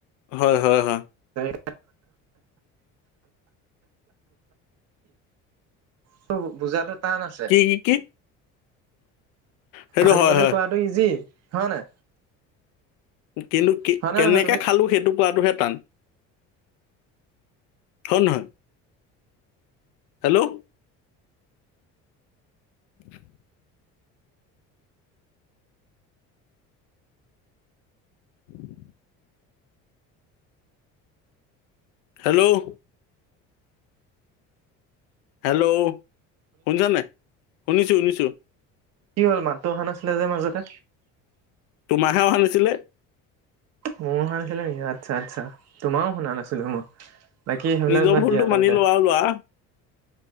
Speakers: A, on the left; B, on the right.
A: হয়, হয়, হয়,
B: <inaudible> ত' বুজাটো টান আছে।
A: কি কি কি সেইটো
B: খাইিবলৈ
A: হয় হয়
B: কোৱাটো ইজি হয় নে?
A: কিন্তু
B: হয়
A: কেনেকে
B: নহয় তুমি
A: খালোঁ সেইটো পোৱাটোহে টান হয় নহয় হেল্ল' <inaudible> উম হেল্ল' হেল্ল', শুনিছ নাই, শুনিছো শুনিছো।
B: কি হ'ল, মাতটো অহা নাছিলে যে মাজতে?
A: তোমাৰহে অহা নাছিলে।
B: মোৰো অহা নাছিলে নেকি, আচ্ছা আচ্ছা, তোমাৰো শুনা নাছিলো মই। বাকী সেইবিলাক
A: নিজৰ
B: বাদ
A: ভুলটো
B: দিয়া
A: মানি
B: তেন্তে।
A: লোৱা আৰু লোৱা